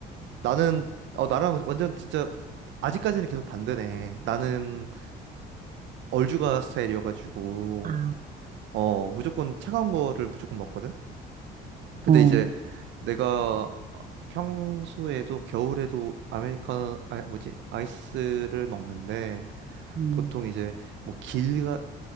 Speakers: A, on the right (about 70°); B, on the right (about 45°).
A: 나는, 어, 나랑 완전 진짜 아직까지는 계속 반대네. 나는 얼죽아 스타일이어가지고,
B: 아,
A: 어, 무조건 차가운 거를 무조건 먹거든? 근데
B: 어,
A: 이제 내가 평소에도 겨울에도 아메리카노 아 뭐지 아이스를 먹는데
B: 음,
A: 보통 이제 뭐 길가